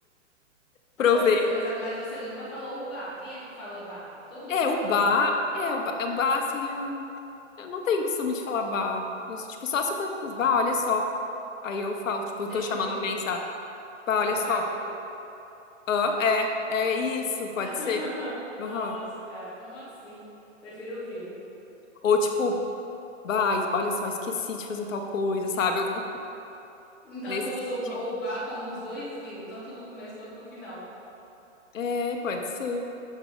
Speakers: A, on the left; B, in the centre.
A: provei.
B: Agora eu sei, mas, a- mas você nunca falou o bar. Quem é que fala bar? Todo
A: É,
B: mundo
A: o
B: fala
A: bar,
B: bar?
A: é, o bar, é, o bar assim, eu, eu não tenho costume de falar bar. Eu, tipo, só se for, bah, olha só. Aí eu falo, tipo,
B: Seria
A: eu tô chamando
B: o viu.
A: alguém, sabe? Bah,
B: O teu
A: olha
B: bar
A: só.
B: é o viu.
A: Hã? É, é isso, pode
B: <laughs>
A: ser.
B: Nossa,
A: Aham.
B: cara, como assim? Prefiro o viu.
A: Ou tipo, bah, olha só, esqueci de fazer tal coisa, sabe? Algum,
B: Então
A: nesse
B: tu usa
A: sentido.
B: o, ba- o bar como os dois viu, tanto no começo quanto no final.
A: É, pode ser.